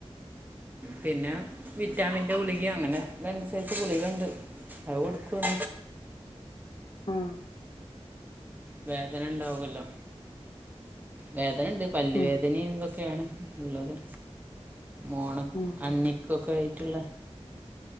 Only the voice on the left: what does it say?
ഉം
ഉം
ഉം